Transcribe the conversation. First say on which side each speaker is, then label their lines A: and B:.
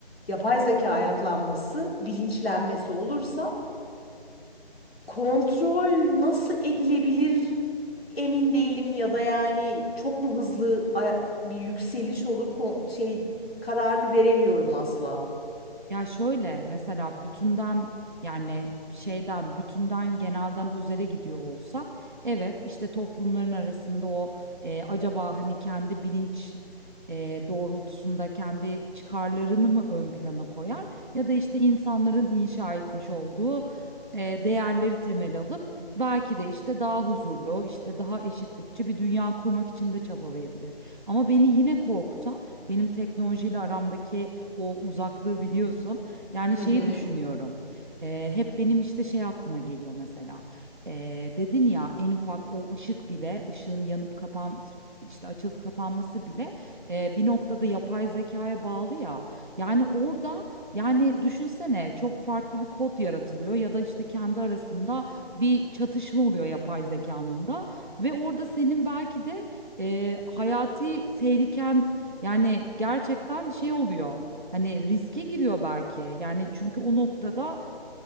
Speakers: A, on the left; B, on the right.
A: yapay zeka ayaklanması, bilinçlenmesi olursa kontrol nasıl edilebilir emin değilim ya da yani çok mu hızlı ay- bir yükseliş olur kon- şey kararını veremiyorum asla.
B: Ya şöyle mesela bütünden yani şeyden bütünden genelden özele gidiyor olsak evet işte toplumların arasında o e, acaba hani kendi bilinç e, doğrultusunda kendi çıkarlarını mı ön plana koyar ya da işte insanların inşa etmiş olduğu e, değerleri temel alıp belki de işte daha huzurlu işte daha eşitlikçi bir dünya kurmak için de çabalayabilir. Ama beni yine korkutan benim teknolojiyle aramdaki o uzaklığı biliyorsun. Yani
A: Hı
B: şeyi
A: hı.
B: düşünüyorum. Eee, hep benim işte şey aklıma geliyor mesela. Eee, dedin ya en ufak o ışık bile ışığın yanıp kapan işte açılıp kapanması bile eee, bir noktada yapay zekaya bağlı ya. Yani orada yani düşünsene çok farklı bir kod yaratılıyor ya da işte kendi arasında bir çatışma oluyor yapay zekanın da ve orada senin belki de eee, hayati tehliken yani gerçekten şey oluyor. Hani riske giriyor belki. Yani çünkü o noktada